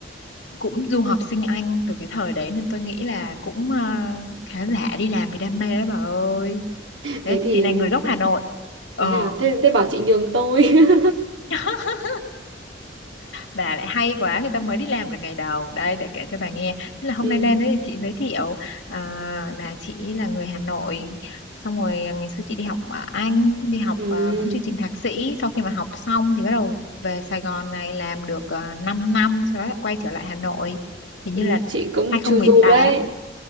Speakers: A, on the left; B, on the right.
A: cũng du học sinh Anh từ cái thời đấy nên tôi nghĩ là cũng ờ, khá giả đi làm vì đam mê đấy bà ơi
B: Thế
A: thế
B: thì
A: chị này người gốc Hà Nội ờ
B: thế hả? Thế thế bảo chị nhường tôi. <laughs>
A: <laughs> bà lại hay quá người ta mới đi làm được ngày đầu đây để kể cho bà nghe thế là hôm
B: ừ.
A: nay lên đấy thì chị giới thiệu à, là chị là người Hà Nội xong rồi à, ngày xưa chị đi học ở Anh đi học
B: ừ.
A: à, cũng chương trình thạc sĩ sau khi mà học xong thì bắt đầu về Sài Gòn này làm được uh, 5 năm sau đó lại quay trở lại Hà Nội hình
B: Ừ,
A: như là
B: Chị cũng
A: hai không
B: chu
A: một
B: du
A: tám
B: đấy.